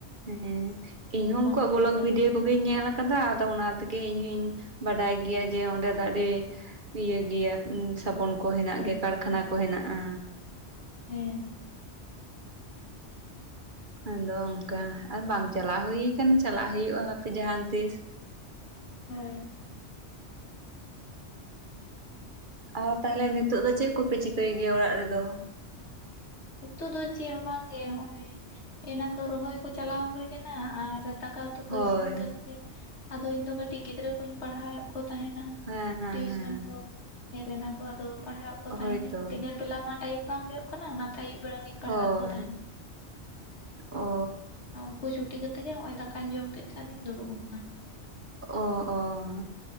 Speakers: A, on the right; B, on the left.
A: ᱦᱮᱸ ᱤᱧ ᱦᱚᱸ ᱩᱱᱠᱩ ᱣᱟᱜ
B: ᱠᱤᱨᱤᱧ
A: ᱵᱚᱞᱚᱠ
B: ᱞᱟᱹᱜᱤᱫ
A: ᱵᱤᱰᱤᱭᱳ ᱠᱩ
B: ᱛᱮ᱾
A: ᱜᱤᱧ ᱧᱮᱞᱟ ᱠᱟᱫᱟ ᱟᱫᱚ ᱚᱱᱟ ᱛᱮᱜᱮ ᱤᱧ ᱦᱩᱧ ᱵᱟᱰᱟᱭ ᱜᱮᱭᱟ ᱡᱮ ᱚᱸᱰᱮ ᱫᱚ ᱟᱹᱰᱤ ᱤᱭᱟᱹ ᱜᱮᱭᱟ ᱩᱸᱻᱥᱟᱵᱚᱱ ᱠᱚ ᱦᱮᱱᱟᱜ
B: ᱦᱮᱸ
A: ᱜᱮᱭᱟ
B: ᱛᱚ
A: ᱠᱟᱨᱠᱷᱟᱱᱟ ᱠᱚ ᱦᱮᱱᱟᱜ-ᱟ᱾
B: ᱦᱮᱸ᱾
A: ᱟᱫᱚ ᱚᱝᱠᱟ ᱟᱨ ᱵᱟᱝ ᱪᱟᱞᱟᱣ ᱦᱩᱭ ᱠᱟᱱᱟ, ᱪᱟᱞᱟᱜ ᱦᱩᱭᱩᱜ-ᱟ ᱦᱟᱯᱮ ᱡᱟᱦᱟᱸᱱ ᱛᱤᱥ
B: ᱦᱳᱭ᱾
A: ᱟᱨ ᱛᱟᱦᱚᱞᱮ ᱱᱤᱛᱚᱜ ᱫᱚ ᱪᱮᱜ ᱠᱚᱯᱮ ᱪᱤᱠᱟᱹᱭ ᱜᱮᱭᱟ ᱚᱲᱟᱜ ᱨᱮᱫᱚ?
B: ᱱᱤᱛᱩᱜ ᱫᱚ ᱪᱮᱜ ᱦᱚᱸ ᱵᱟᱝ ᱜᱮ ᱦᱚᱸᱜ-ᱚᱸᱭ ᱮᱱᱟᱱ ᱫᱚ ᱨᱚᱦᱚᱭ ᱠᱚ ᱪᱟᱞᱟᱣ ᱦᱩᱭ ᱞᱮᱱᱟ ᱟᱨ ᱫᱟᱠᱟ ᱩᱛᱩ ᱠᱚ
A: ᱦᱳᱭ
B: ᱤᱥᱤᱱ ᱠᱟᱛᱮᱜ ᱟᱫᱚ ᱤᱧ ᱫᱚ ᱠᱟᱹᱴᱤᱡ ᱜᱤᱫᱽᱨᱟᱹ ᱠᱩᱧ ᱯᱟᱲᱦᱟᱣᱮᱜ ᱠᱚ ᱛᱟᱦᱮᱸᱱᱟ᱾
A: ᱦᱮᱸ ᱦᱮᱸ
B: ᱴᱤᱭᱩᱥᱚᱱ
A: ᱦᱮᱸ
B: ᱠᱚ ᱦᱮᱡ ᱞᱮᱱᱟ ᱠᱚ ᱟᱫᱚ ᱯᱟᱲᱦᱟᱣᱮᱜ ᱠᱚ ᱛᱟᱦᱮ
A: ᱦᱳᱭᱛᱚ
B: ᱱᱟᱹᱧ ᱫᱤᱱᱮᱨ ᱵᱮᱞᱟ ᱢᱟ ᱴᱟᱹᱭᱤᱢ ᱵᱟᱝ ᱦᱚᱭᱚᱜ ᱠᱟᱱᱟ ᱚᱱᱟ ᱛᱮ ᱟᱹᱭᱩᱵ ᱵᱮᱲᱟ ᱜᱤᱧ ᱯᱟᱲᱦᱟᱣᱮᱜ
A: ᱦᱳᱭ
B: ᱠᱚ ᱛᱟᱦᱮᱸᱱ,
A: ᱚ
B: ᱟᱶ ᱩᱱᱠᱩ ᱪᱩᱴᱤ ᱠᱟᱛᱮᱜ ᱜᱮ ᱦᱚᱸᱜ-ᱚᱸᱭ ᱫᱟᱠᱟᱧ ᱡᱚᱢ ᱠᱮᱜ ᱛᱮ ᱟᱫᱚᱧ ᱫᱩᱲᱩᱵ ᱟᱠᱟᱱᱟ᱾
A: ᱚ ᱚᱸᱻ